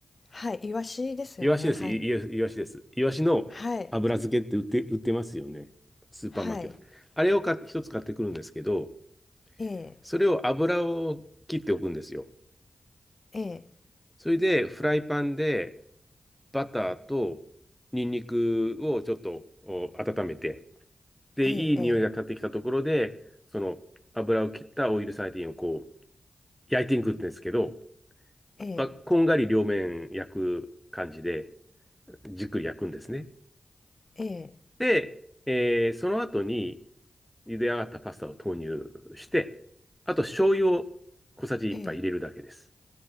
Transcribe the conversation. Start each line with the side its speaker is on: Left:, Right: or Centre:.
Left: はい。イワシですよね。
Centre: イワシです。
Left: はい。
Centre: イイワシイワシです。イワシの油漬けって売って、
Left: はい。
Centre: 売ってますよね。スーパーマーケット。
Left: はい。
Centre: あれを買って、一つ買ってくるんですけど、
Left: ええ、
Centre: それを油を切っておくんですよ。
Left: ええ、
Centre: それで、フライパンでバターとニンニクをちょっとお温めて、で、
Left: ええ、
Centre: いい匂いが立ってきたところで、その油を切ったオイルサーディンをこう焼いていくんですけど、
Left: ええ、
Centre: まあ、こんがり両面焼く感じで、じっくり焼くんですね。
Left: ええ、ええ、
Centre: で、えーその後に茹で上がったパスタを投入して、あと醤油を小さじ1杯入れるだけです。
Left: ええ。